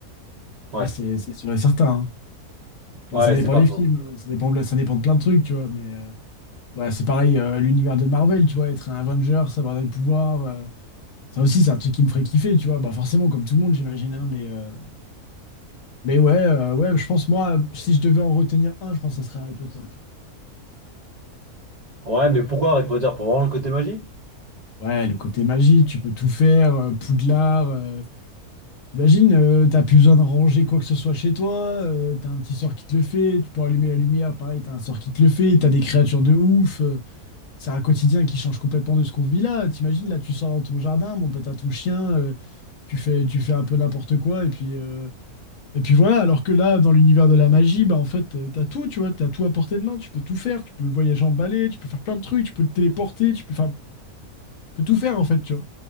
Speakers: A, on the right; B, on the left.
A: ouais,
B: Ah, c'est c'est sûr et certain. hein. Bah,
A: ouais,
B: ça dépend
A: c'est pas
B: des
A: faux.
B: films, hein. ça dépend, ça dépend de plein de trucs, tu vois. Mais euh, ouais, c'est pareil, euh, l'univers de Marvel, tu vois, être un Avenger, savoir des pouvoirs, euh, ça aussi c'est un truc qui me ferait kiffer, tu vois. Bah forcément, comme tout le monde, j'imagine. hein, mais, euh, mais ouais, euh, ouais, je pense moi, si je devais en retenir un, je pense que ça serait Harry Potter.
A: Ouais, mais pourquoi Harry Potter? Pour vraiment le côté magie?
B: Ouais, le côté magie, tu peux tout faire, euh, Poudlard. euh, T'imagines, euh, t'as plus besoin de ranger quoi que ce soit chez toi, euh, t'as un petit sort qui te le fait, tu peux allumer la lumière, pareil, t'as un sort qui te le fait, t'as des créatures de ouf, euh, c'est un quotidien qui change complètement de ce qu'on vit là. T'imagines, là, tu sors dans ton jardin, bon, peut t'as ton chien, euh, tu fais, tu fais un peu n'importe quoi, et puis, euh, et puis voilà, alors que là, dans l'univers de la magie, bah en fait, euh, t'as tout, tu vois, t'as tout à portée de main, tu peux tout faire, tu peux voyager en balai, tu peux faire plein de trucs, tu peux te téléporter, tu peux, enfin, tu peux tout faire en fait, tu vois.